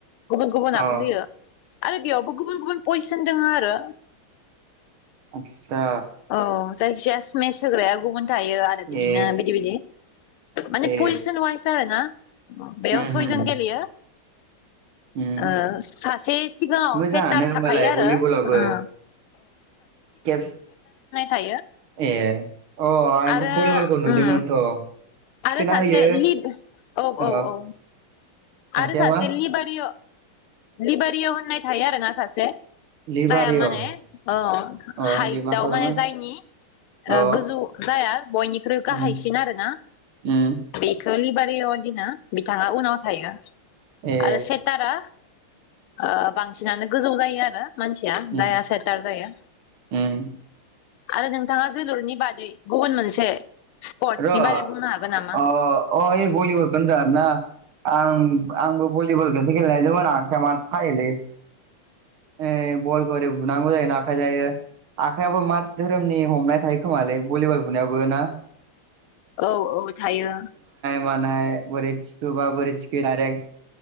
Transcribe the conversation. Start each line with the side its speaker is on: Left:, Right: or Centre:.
Left: गुबुन गुबुनाबो
Right: अ
Left: होयो आरो बेयावबो गुबुन गुबुन पजिसन दङो आरो
Right: आरसा
Left: औ जायखिजाया सेन्च होग्राया गुबुन थायो आरो बिदिनो
Right: ए
Left: बिदि बिदि माने
Right: ए
Left: पजिसन वाइस आरोना बेयाव
Right: उम
Left: सयजोन
Right: उम
Left: गेलेयो
Right: उम
Left: ऐ सासे सिगाङाव
Right: मोजाङानो
Left: सेटार
Right: होमबालाय
Left: थाखायो आरो
Right: भलिबलाबो
Left: उं
Right: <inaudible>
Left: थायो
Right: ए अ आं
Left: आरो
Right: बयबलखौ नुदोंमोनथ'
Left: उम
Right: थिखोना
Left: आरो सासे
Right: होयो
Left: लिब अव
Right: अ
Left: औ औ
Right: सासेया
Left: आरो सासे
Right: मा
Left: लिबारिय' लिबारिय' होननाय थायो आरोना सासे
Right: लिबारिअ
Left: जाया माने अव
Right: अ
Left: हाइटआव
Right: बे मा खालामो
Left: माने जायनि
Right: अ
Left: ओ गोजौ जाया बयनिख्रुइ गाहायसिन
Right: उम
Left: आरो ना
Right: उम
Left: बे लिबारियाव दोनो बिथाङा उनाव थायो
Right: ए
Left: आरो सेटारा ओ बांसिनानो गोजौ जायो आरो मानसिया
Right: उम
Left: दाया सेटार जायो
Right: उम
Left: आरो नोंथाङा जोलुरनि बादै गुबुन मोनसे स्पर्टसनि
Right: र
Left: बारै बुंनो हागोन नामा
Right: अ अ ए बलिबलखो होनदो आरोना आं आंबो बलिबल खनसे गेले नायदोंमोन आखाया मासि सायोलै ए बलखो एरै बुनांगौ जायो ना ओंखायनो सायो आखाइयाबो मा धोरोमनि हमनाय थायो खोमालै भलिबल बुनायावबो ना
Left: औ औ थायो
Right: माने बोरै थिखोबा बोरै थिखो दायरेक